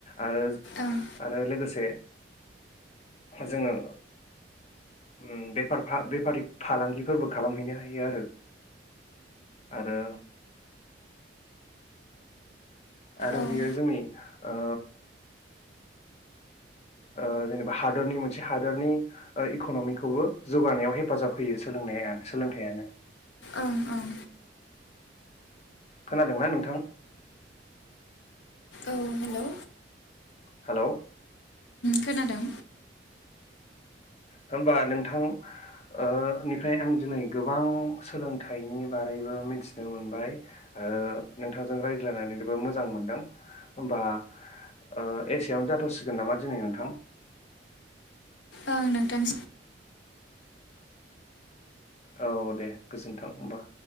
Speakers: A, on the left; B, on the left.
A: आरो
B: ओं
A: आरो लोगोसे जोङो उम बेफारफा बेफारि फालांगिफोरबो खालामहैनो हायो आरो आरो आरो
B: ओं
A: बियो जोंनि ओ ओ जेनेबा हादरनि मोनसे हादरनि ओ इक'न'मिखौबो जौगानायाव हेफाजाब होयो सोलोंनाया सोलोंथायानो
B: ओं ओं
A: खोनादोंना नोंथां
B: औ हेलौ
A: हालौ
B: खोनादों
A: होमबा नोंथां ओ निफ्राय आं दिनै गोबां सोलोंथाइनि बारैबो मिथिनो मोनबाय ओ नोंथांजों रायज्लायनानैबो मोजां मोनदों होमबा ओ एसेयावनो जाथ'सिगोन नामा दिनै नोंथां
B: ओं नोंथां
A: औ दे गोजोन्थों होमबा